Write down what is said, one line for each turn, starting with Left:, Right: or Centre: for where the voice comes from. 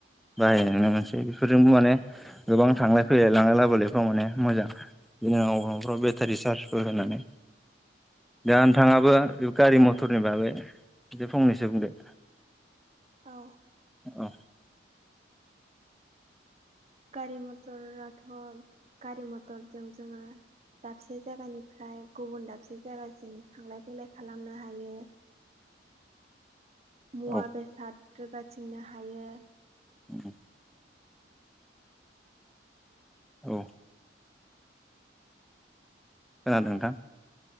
Centre: बाहायनाय नुनो मोनसै बेफोरजोंबो माने गोबां थांलाय फैलाय लांलाय लाबोलायफ्राव माने मोजां। बिदिनो <unintelligible> फ्राव बेटारि चार्जफोर होनानै जानो थाङाबो गारि मटरनि बागै बे फंनैसो बुंदो
Right: औ
Centre: औ
Right: गारि मटराथ' गारि मटरजों जोङो दाबसे जायगानिफ्राय गुबुन दाबसे जायगासिम थांलाय फैलाय खालामनो हायो। मुवा
Centre: औ
Right: बेसाद रोगाथिंनो हायो।
Centre: उ <unintelligible> औ खोनादों नोंथां?